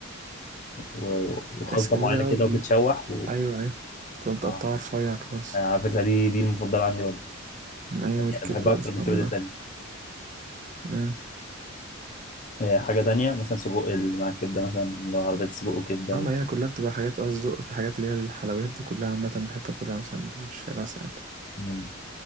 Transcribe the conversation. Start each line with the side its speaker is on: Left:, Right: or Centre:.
Left: و... وخلطة
Right: اسكندريه
Left: معينة
Right: اه
Left: كده
Right: ب-
Left: وبتتشوح و...
Right: ايوه ايوه بتبقى متقطعه
Left: اه
Right: رفيع خالص
Left: آه، على فكرة دي دي المفضلة عندي برضه
Right: ايوه
Left: يعني
Right: دي الكبده
Left: أنا بحبها أكتر
Right: الاسكندريه
Left: من الكبدة التانية
Right: اه
Left: آه، حاجة تانية مثلا سجق اللي مع الكبدة مثلا اللي هو عربية سجق وكبدة
Right: آه، ما
Left: و...
Right: هي كلها بتبقى حاجات اصدق في حاجات اللي هي الحلويات دي كلها عامه بحب اكلها مثلا من الشارع ساعات
Left: مم.